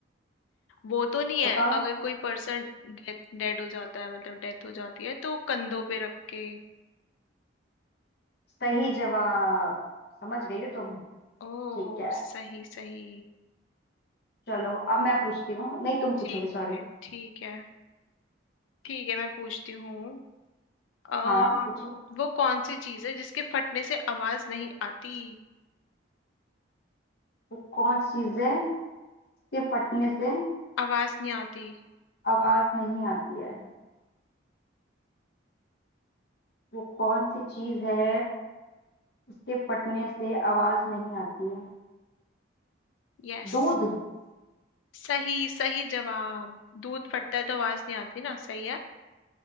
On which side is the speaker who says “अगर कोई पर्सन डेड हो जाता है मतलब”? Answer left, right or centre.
Left